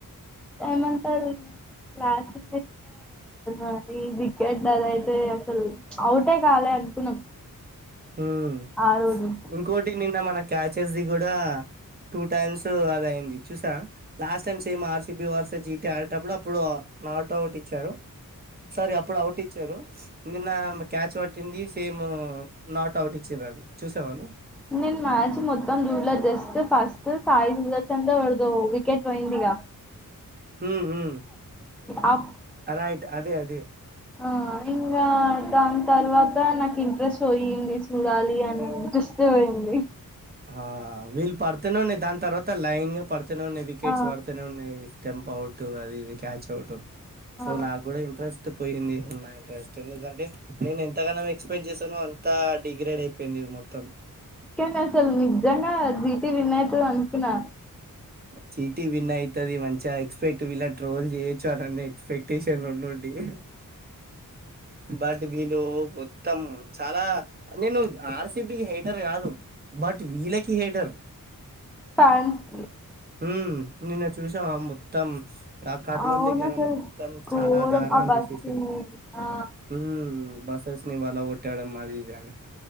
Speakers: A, in the centre; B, on the right.
A: ఏమంటారు లాస్ట్ <inaudible> ఈ వికెట్ అద అయితే అసలు ఔటే కాలే అనుకున్నాం
B: హ్మ్
A: ఆ రోజు
B: ఇంకోటి నిన్న మన క్యాచస్ ది కూడా టూ టైమ్స్ అది అయింది చూసా last time same RCB versus GT ఆడేటప్పుడు అప్పుడు నాట్ అవుట్ ఇచ్చారు సారీ అప్పుడు అవుట్ ఇచ్చారు నిన్న క్యాచ్ పట్టింది సేమ్ నాట్ అవుట్ ఇచ్చిండ్రు అది చూసావా నువ్వు
A: నేను మ్యాచ్ మొత్తం చూడలేదు జస్ ఫస్ట్ సాయి ఎవరితో వికెట్ పోయింది గా
B: హ్మ్ హ్మ్
A: ఆ
B: అరే అయితే అదే అదే
A: ఆ ఇంగా దాని తర్వాత నాకు ఇంట్రెస్ట్ పోయింది చూడాలి అనే ఇంట్రెస్ట్ పోయింది
B: ఆ వీళ్ళు పడుతునే ఉన్నాయ్ దాని తర్వాత లైన్ గా పడు తూనే ఉన్నాయి వికెట్స్
A: ఆ
B: వాడుతనే ఉన్నాయ్ టెంపౌటు అవి ఇవి క్యాచ్ అవుటు సో
A: ఆ
B: నాకు కూడా ఇంట్రెస్ స్ట్ పోయింది ఉన్న ఇంట్రెస్ట్ ఎందుకంటే నేను ఎంతగనం ఎక్స్పెక్ట్ చేసానో అంత డిగ్రేడ్ అయిపోయింది ఇది మొత్తం
A: కెండ్ అసలు నిజ్ నిజంగా జీ టి విన్ తు అనుకున్నా
B: చీ టీ విన్న అయితది మంచిగా ఎక్స్పెక్ట్ ఇలా ట్రోల్ చేయొచ్చు సడన్ ఎక్స్పెక్టేషన్ ఉండుండి బట్ వీల్ మొత్తం చాలా నేను ఆర్ సి బి కి హేటర్ కాదు బట్ వీళకి హేటర్
A: ఫన్సు
B: హ్మ్ నిన్న చూసావ మొత్తం ఆ కర్నూలు
A: అవును
B: దగ్గర
A: అసలు
B: మొత్తం
A: ఘోరం
B: చాలా దారుణం
A: ఆ బస్సుని
B: చేసేసిర్రు
A: ఆ
B: హ్మ్ బస్సెస్ ని బలా కొట్టడం అది ఇది అని